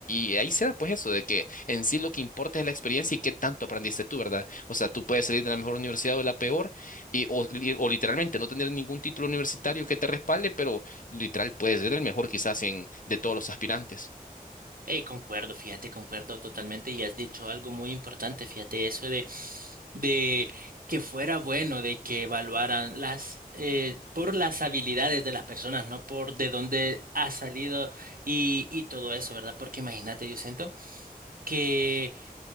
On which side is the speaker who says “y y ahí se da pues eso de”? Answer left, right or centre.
Left